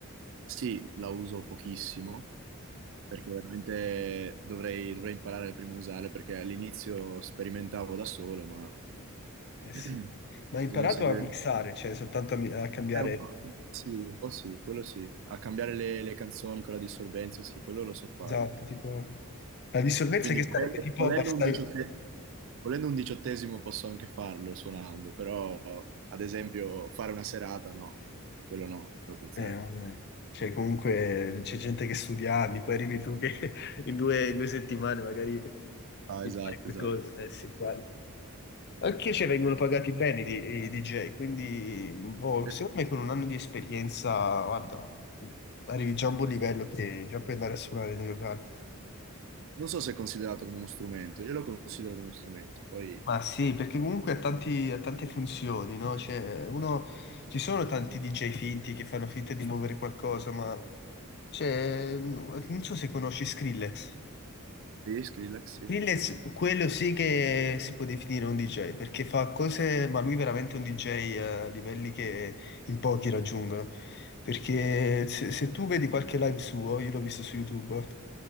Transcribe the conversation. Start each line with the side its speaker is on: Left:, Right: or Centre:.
Right: sì, la uso pochissimo, perché veramente dovrei, dovrei imparare prima a usarla, perché all'inizio sperimentavo da solo, ma
Left: Eh
Right: <clears throat>
Left: sì. Ma hai
Right: bisogna
Left: imparato
Right: seguire...
Left: a mixare, cioè soltanto a, mi- a cambiare...
Right: È un po' sì, un po' sì, quello sì. A cambiare le, le canzoni con la dissolvenza, sì, quello lo so fare.
Left: Esatto, tipo... La dissolvenza
Right: Quindi
Left: che sarebbe?
Right: volendo,
Left: Tipo
Right: volendo
Left: abbassare...
Right: un diciotte- volendo un diciottesimo posso anche farlo suonando, però ad esempio fare una serata no, quello no, proprio
Left: Eh,
Right: zero.
Left: vabbè. Cioè comunque c'è gente che studia anni, poi arrivi tu che <laughs> in due, in due settimane magari
Right: Ah,
Left: impari
Right: esatto,
Left: qualcosa.
Right: esatto.
Left: Eh sì, vai. Anche se vengono pagati bene i, di- i DJ, quindi boh,
Right: Eh,
Left: secondo me con un anno di esperienza, guarda, arrivi già a un buon livello che già puoi andare a suonare nei locali.
Right: Non so se è considerato come uno strumento, io lo considero come uno strumento. Poi,
Left: Ma sì, perché comunque ha tanti- ha tante funzioni, no? Cioè, uno, ci sono tanti DJ finti che fanno finta di muovere qualcosa, ma cioè, non so se conosci Skrillex.
Right: sì, Skrillex, sì,
Left: Lil è si- quello sì che si può definire un DJ, perché fa cose, ma lui è veramente un DJ a livelli che in pochi raggiungono. Perché se, se tu vedi qualche live suo, io l'ho visto su YouTube,